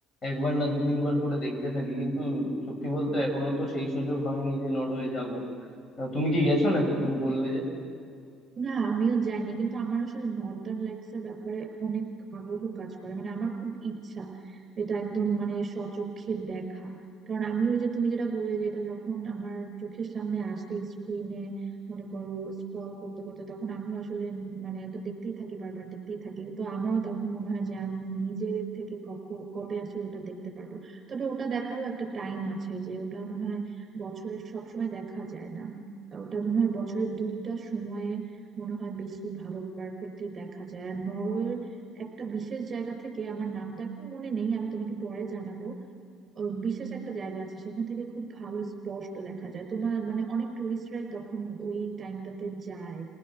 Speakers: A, on the left; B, on the right.
A: একবার না দু তিনবার করে দেখতে থাকি কিন্তু সত্যি বলতে এখনো তো সেই সুযোগ হয়নি যে নরওয়ে যাব তুমি কি গেছো নাকি তুমি বললে
B: না আমিও যাইনি কিন্তু আমার আসলে নর্দার্ন লাইটস এর ব্যাপারে অনেক আগ্রহ কাজ করে মানে আমার খুব ইচ্ছা এটা একদম মানে স্বচক্ষে দেখা কারণ আমিও যে তুমি যেটা বললে যে এটা যখন আমার চোখের সামনে আসে স্ক্রিনে মনে করো স্ক্রল করতে করতে তখন আমিও আসলে উম মানে ওটা দেখতেই থাকি বারবার দেখতেই থাকি তো আমারও তখন মনে হয় যে আমি নিজে থেকে কখন কবে আসলে ওটা দেখতে পারবো তবে ওটা দেখারও একটা টাইম আছে যে ওটা মনে হয় বছরের সব সময় দেখা যায় না ওটা মনে হয় বছরের দুইটা সময়ে মনে হয় বেশি ভালো পারফেক্টলি দেখা যায় আর নরওয়ের একটা বিশেষ জায়গা থেকে আমার নামটা এখন মনে নেই আমি তোমাকে পরে জানাবো ও বিশেষ একটা জায়গা আছে সেখান থেকে খুব ভালো স্পষ্ট দেখা যায় তোমার মানে অনেক টুরিস্টরাই তখন ওই টাইমটাতে যায়